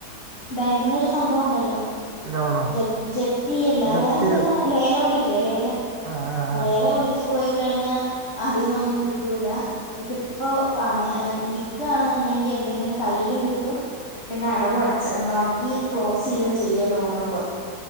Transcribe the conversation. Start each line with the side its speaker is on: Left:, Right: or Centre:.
Left: <unintelligible> ബാങ്കിൽ നിന്ന് ഒരു സംഭവം ഉണ്ടല്ലോ
Right: ലോണോ
Left: ജപ് ജപ്തിയല്ല
Right: ജപ്തിയോ
Left: വേറെന്താ ലേലം വിളിക്ക ക്കുലേലേലം
Right: ആ ആ
Left: അലേലം
Right: ആ ആ
Left: വിളിച്ച് പോയി ച്ച്കഴിഞ്ഞഅതിൽന്നൊന്നും കിട്ടൂല ഇതിപ്പോ പണ വിക്കണുണ്ടെങ്കിൽ എന്തെങ്കിലും കയ്യിലും കിട്ടും പിന്നെ അടവ് അടച്ചു ബാക്കി ക്ലോസ് ചെയ്യ ചെയ്യ ലോൺന്ന് പറഞ്ഞു